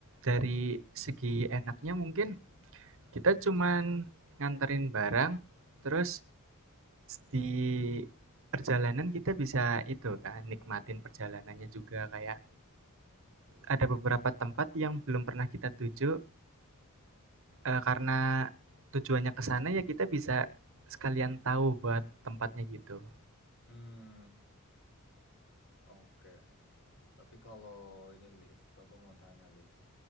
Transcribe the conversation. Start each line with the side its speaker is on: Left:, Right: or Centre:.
Right: Dari
Left: Hmm.
Right: segi enaknya mungkin kita cuman nganterin barang, terus di perjalanan kita bisa itu kan, nikmatin perjalanannya juga, kayak ada beberapa tempat yang belum pernah kita tuju eh, karena tujuannya ke sana ya kita bisa sekalian tahu buat tempatnya gitu.
Left: hmm, oke. Tapi kalau ini Liv, aku mau tanya Liv.